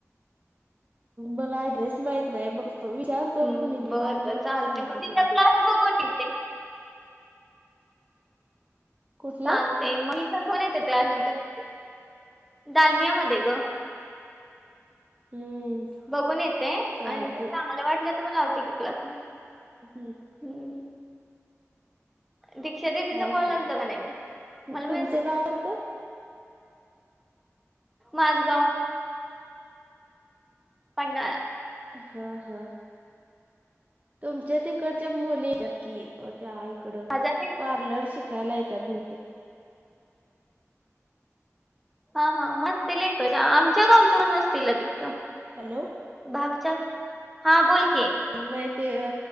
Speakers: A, on the right; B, in the centre.
A: मला ऍड्रेस माहित नाही बघ. तो विचारतो
B: हम्म,
A: बहिणीला
B: बर
A: आणि
B: बर चालते
A: सांगतो
B: मग तिथं
A: तुला.
B: क्लास बघून येते
A: कुठलं
B: तालतय मग मी पण घेऊन येते त्यानाय त्या दालमिया मध्ये ग
A: हम्म
B: बघून येते
A: चालते
B: आणि जर चांगलं वाटलं तर मलावते की क्लास
A: हम्म
B: हम्म दिक्षा दिदिचा
A: जाऊ
B: कॉल
A: की.
B: आलता का नाही मग मला
A: तुमचं
B: मेसेज
A: गाव कोणतं?
B: माजगाव पन्हाळा
A: हा हा तुमच्या तिकडच्या मुली येत्यात की त्या इकड
B: हजार
A: पार्लर शि कायला येत्यात बहुतेक
B: हा हा म असतील्या इकडच्या आमच्या गावच्या कोण नसतील तिकड
A: हॅलो
B: हाक च्यात हा बोल की
A: नाही ते अ